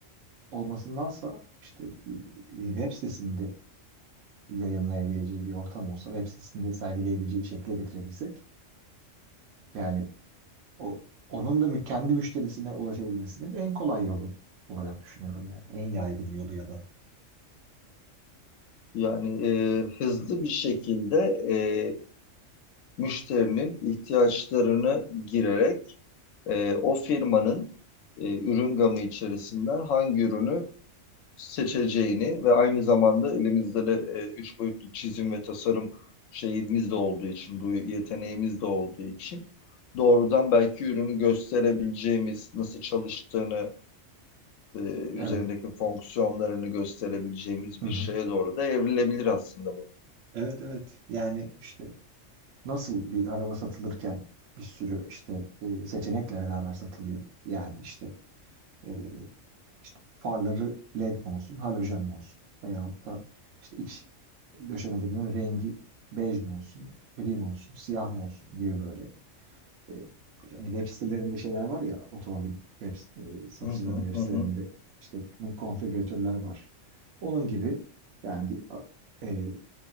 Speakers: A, on the right (about 75°); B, on the left (about 80°).
A: olmasındansa işte bir web sitesinde yayınlayabileceği bir ortam olsa, web sitesinde sergileyebileceği bir şekilde getirebilsek, yani O, onun da mü- kendi müşterisine ulaşabilmesinin en kolay yolu olarak düşünüyorum yani. En yaygın yolu ya da.
B: Yani e, hızlı bir şekilde e, müşterinin ihtiyaçlarını girerek e, o firmanın e, ürün gamı içerisinden hangi ürünü seçeceğini ve aynı zamanda elimizde de e, üç boyutlu çizim ve tasarım şeyimiz de olduğu için, bu yeteneğimiz de olduğu için doğrudan belki ürünü gösterebileceğimiz, nasıl çalıştığını, e,
A: Evet.
B: üzerindeki fonksiyonlarını gösterebileceğimiz
A: Hı
B: bir
A: hı.
B: şeye doğru da evrilebilir aslında bu.
A: Evet evet. Yani İşte nasıl bir araba satılırken bir sürü işte e, seçenekle beraber satılıyor. Yani işte, e, işte farları LED mi olsun, halojen mi olsun veyahut da işte iç döşemelerinin rengi bej mi olsun, gri mi olsun, siyah mı olsun gibi böyle. E, hani web sitelerinde şeyler var ya otomobil web, e, satıcılarının
B: Hı hı
A: web
B: hı.
A: sitelerinde
B: hı.
A: işte konfigüratörler var. Onun gibi yani bir a- e,